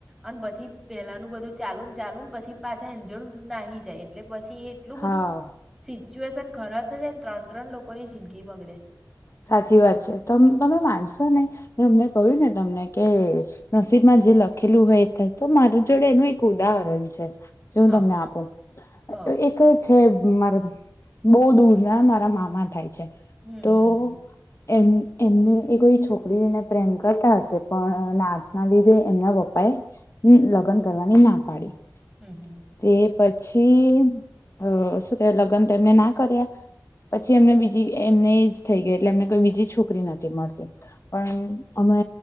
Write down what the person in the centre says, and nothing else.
અને પછી પેલાનું બધું ચાલુ ચાલુ પછી પાછા એજર નાહી જાય એટલે પછી એટલું બધું
સીચુએશન ઘરા થ જાયને ત્રણ ત્રણ લોકો ની જિંદગી બગડે
હા
હ
હમ
હમ હ
હમ હમ